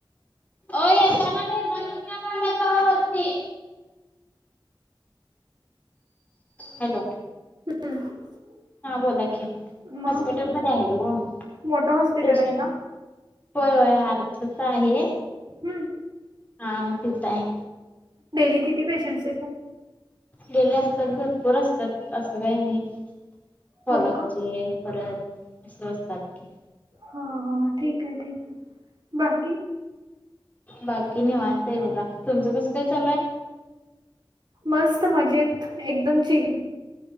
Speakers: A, on the left; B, on the right.
A: ओ येताना निरमा घेऊन या <unintelligible> वरती हॅलो.
B: <unintelligible>
A: हा बोला की,
B: मग
A: हॉस्पिटल मध्ये आहे हो
B: मोठं हॉस्पिटल
A: पेशंट
B: आहे का
A: होय होय अर्थच आहे.
B: हम्म
A: हा मग तिथ आहे.
B: डेली किती पेशंट्स येतात?
A: डेली असतात भरपूर असतात. असं काही नाही. फॉलोअपचे
B: हो का
A: परत अस असतात की.
B: हं हं ठीक आहे ठीक आहे बाकी
A: बाकी निवांत आहे बघा. तुमचं कस काय चालू आहे?
B: मस्त मजेत एकदम चिल.